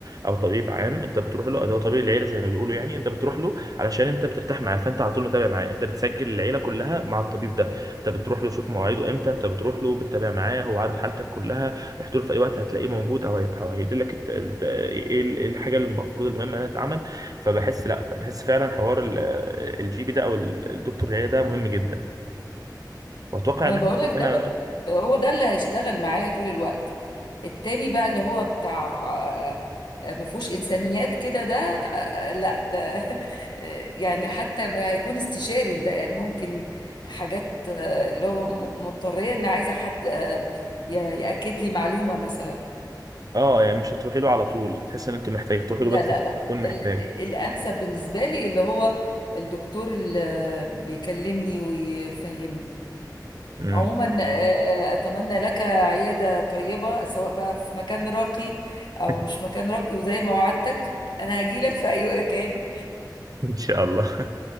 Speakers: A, on the right; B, on the left.
A: او طبيب عام انت بتروح له اللي هو طبيب العيله زي ما بيقولوا يعني انت بتروح له علشان انت بترتاح معاه فانت على طول متابع معاه انت بتسجل العيله كلها مع الطبيب ده انت بتروح له شوف مواعيده امتى انت بتروح له بتتابع معاه هو عارف حالتك كلها رحت له في اي وقت هتلاقيه موجود او هي- أو هيديلك الت- ال- ايه ال- إيه الحاجه اللي المفروض المهمه انها تتعمل فبحس لا بحس فعلا حوار ال- الجي بي ده او ال- الدكتور العياده ده مهم جدا واتوقع
B: ما
A: ان
B: انا بقول لك ده
A: انا
B: هو ده اللي هيشتغل معايا طول الوقت التاني بقى اللي هو بتاع آه، ما فيهوش انسانيات كده ده آه، لا ده <laughs> آه، يعني حتى ما هيكون استشاري لده يعني ممكن حاجات آه، اللي هو م- مضطريه ان عايزه حد آه، ي- ياكد لي معلومه مثلا
A: اه يعني مش هتروحي له على طول تحس ان انت محتاجه تروحي
B: لا
A: له بس
B: لا لا
A: تكون محتاجه
B: ال- الانسب بالنسبه لي اللي هو الدكتور اللي بيكلمني ويفهمني
A: امم
B: عموما آه، اتمنى لك عياده طيبه سواء بقى في مكان راقي او
A: <laughs>
B: مش مكان راقي وزي ما وعدتك انا هجيلك في اي مكان
A: ان شاء الله